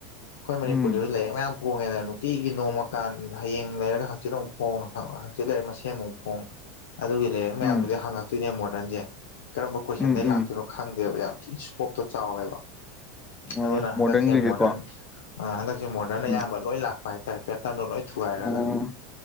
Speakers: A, on the left; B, on the left.
A: ꯑꯩꯈꯣꯏ ꯃꯅꯤꯄꯨꯔꯗꯁꯨ
B: ꯎꯝ
A: ꯂꯩꯌꯦꯦ ꯃꯌꯥꯝ ꯄꯣꯡꯉꯦꯗꯅ ꯎꯇꯤꯒꯤ ꯅꯣꯡꯃꯀꯥꯟ ꯍꯌꯦꯡ ꯂꯩꯔꯒ ꯍꯥꯡꯆꯤꯠ ꯑꯃꯨꯛ ꯐꯣꯡ ꯍꯥꯡꯆꯤꯠ ꯂꯩꯔꯒ ꯃꯁꯦꯟ ꯑꯃꯨꯛ ꯐꯣꯡ ꯑꯗꯨꯒꯤ ꯂꯥꯏꯔꯤꯛ ꯃꯌꯥꯝꯗꯨꯗꯤ
B: ꯎꯝ ꯎꯝ
A: ꯍꯪꯉꯛꯇꯣꯏꯅꯦ ꯃꯣꯗꯔꯟꯁꯦ ꯀꯔꯝꯕ ꯀꯣꯏꯁꯟꯗꯩ
B: ꯎꯝ ꯎꯝ
A: ꯂꯥꯛꯇꯣꯏꯅꯣ ꯈꯪꯗꯦꯕ ꯌꯥꯝ ꯊꯤꯅ ꯏꯁꯀꯣꯞꯇꯣ ꯆꯥꯎꯋꯦꯕ
B: ꯑꯣ
A: ꯑꯗꯨꯅ ꯍꯟꯗꯛꯁꯦ
B: ꯃꯣꯗꯔꯟꯒꯤꯗꯤꯀꯣ
A: ꯃꯣꯗꯔꯟ ꯍꯟꯗꯛꯁꯦ ꯃꯣꯗꯔꯟ
B: ꯎꯝ
A: ꯑꯌꯥꯝꯕ ꯂꯣꯏ ꯂꯥꯛꯄ ꯍꯥꯏꯇꯥꯔꯦ ꯄꯦꯇꯔꯟꯗꯣ ꯂꯣꯏ ꯊꯨꯒꯥꯏꯔꯒ
B: ꯎꯝ